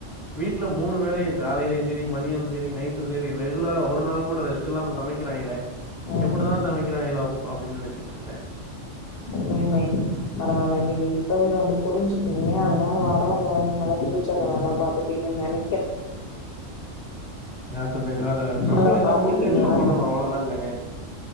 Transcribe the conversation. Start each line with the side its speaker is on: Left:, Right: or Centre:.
Centre: வீட்ல மூணு வேலயு காலையிலேயு செரி மதியமு செரி நைட்டு செரி ரெகுலரா ஒரு நாள் கூட ரெஸ்ட் இல்லாம சமைக்கிறாங்களே
Left: ம்
Centre: எப்படிதா சமைக்கிறாய்ங்களோ அப்புடின்னு நெனச்சிட்ருப்ப
Left: மேன்மே பரவால நீங்க இப்பவே வந்து புரிஞ்சுப்பீங்க அதனால வரவங்க நல்லா ஃப்யூச்சர்ல நல்லா பாத்துப்பீங்கன்னு நனைக்க
Centre: பாத்துப்பே அதா நம்மளு
Left: நல்லா
Centre: எதோ
Left: பாத்துப்பீங்களான்னு
Centre: முடிஞ்ச ஹெல்ப்ப பண்ணணு
Left: நென
Centre: அவ்வளதாங்க